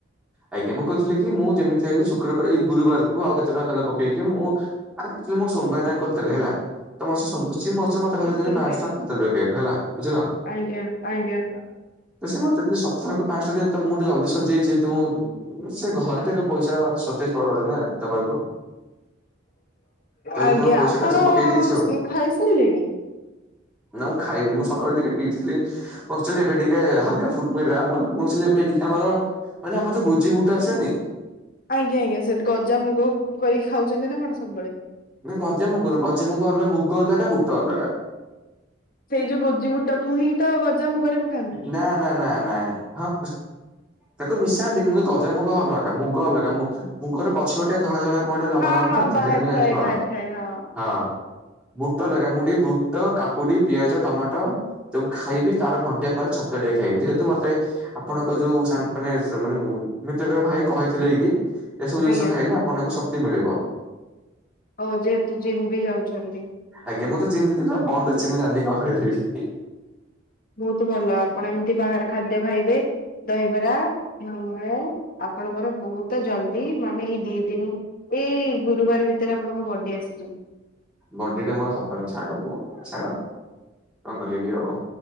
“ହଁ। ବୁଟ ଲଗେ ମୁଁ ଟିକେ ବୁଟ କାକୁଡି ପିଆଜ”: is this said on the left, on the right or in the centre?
Centre